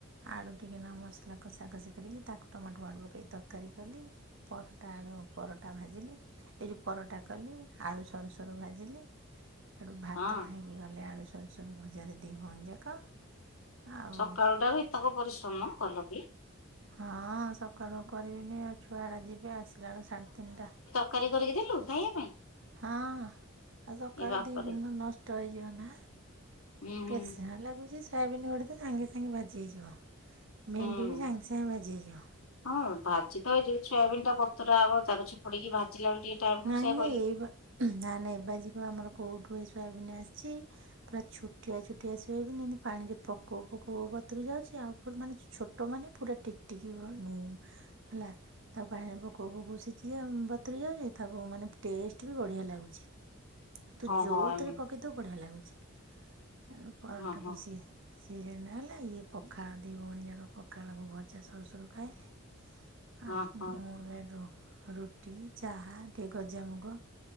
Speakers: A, on the right; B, on the left.
A: ଆଳୁ ଟିକେ ନ ମସଲାକୁ କଷାକଷି କରିକି ତାକୁ ଟମାଟୋ ଫମାଟ ପକେଇ ତରକାରୀ କଲି। ପରଟା ଆଳୁ ପରଟା ଭାଜିଲି। ଏଇ ଯୋଉ ପରଟା କଲି ଆଳୁ ସରୁ ସରୁ ଭାଜିଲି। ସେଠୁ ଭାତ
B: ହଁ
A: ଖାଇକି ଗଲେ ଆଳୁ ସରୁ ଭଜାରେ ଦି ଭଉଣୀ ଯାକ। ଆଉ
B: ସକାଳୁ ଟାରେ ଏତକ ପରିଶ୍ରମ କଲ କି?
A: ହଁ, ସକାଳୁ କରିବିନି ଆଉ ଛୁଆ ଟା ଯିବେ ଆସିଲା ବେଳକୁ ସାଢେ ତିନିଟା।
B: କର କରିକି ଦେଲୁ ଖାଇବା ପାଇଁ।
A: ହଁ ଆଉ ସକାଳେ
B: ଏ ବାପରେ
A: ଦି ଦିନ ନଷ୍ଟ ହେଇଯିବ ନା।
B: ହୁଁ ହୁଁ
A: କେତ ସମୟ ଲାଗୁଚି। ସୋୟାବିନ୍ ଗୁଡେ ତ ସାଙ୍ଗେ ସାଙ୍ଗେ ଭାଜି ହେଇଯିବ।
B: ହୁଁ।
A: ଭେଣ୍ଡି ବି ସାଙ୍ଗେ ସାଙ୍ଗେ ଭାଜି ହୋଇଯିବ।
B: ହଁ, ଭାଜି ତ ଏଇ ଯ ସୋୟାବିନନ୍ ଟା ଵତୁର ହବ ଚିପୁଡିକି ଭାଜିଲା ବେଳକୁ ଟିକେ ଟାଇମ୍ ମୁଁ
A: ନାଇଁ
B: ସେଇଆ କହିଲି
A: ନାଇଁ, ଏଇ ବା ନା ନାଁଇ ଏବାଜକୁ ଆମର କେଉଁଠୁ ଏ ସୋୟାବନ୍ ଆସିଚି? ପୁରା ଛୋଟିଆ ଛୋଟିଆ ସୋୟାବିନ, ଏନ୍ତି ପାଣିରେ ପକଉ ପକଉ ବତୁରି ଯାଉଚି ଆଉ ପୁରା ମାନେ ଛୋଟମାନେ ପୁରା ଟିକ୍ ଟିକ୍ ବଣୀ। ହେଲା। ତ ପାଣିରେ ପୋକଉ ପକଉ ଭୋକ ସିଝି ବତୁରି ଯାଉଚି। ତାକୁ ମାନେ ଟେଷ୍ଟ ବି ବଢ଼ିଆ ଲାଗୁଚି। ତୁ
B: ହଁ
A: ଯଉଥିରେ
B: ହଁ ଏମି
A: ପକ୍ ତେ ପକେଇ ଦବୁ ବଢ଼ିଆ ଲାଗୁଚି। ଆଉ ପରଟାକୁ
B: ହଁ ହଁ
A: ସିଏ ସିଏ ଜଣେ ହେଲା ଇଏ ପଖାଳ ଦି ଭଉଣୀ ଯାକ ପଖାଳକୁ ଭଜା ସରୁ ସରୁ ଖାଇଲେ।
B: ହଁ
A: ଆ
B: ହଁ
A: ମୁଁ ଏଠୁ ରୁଟି ଚାହା ଟିକେ ଗଜାମୁଗ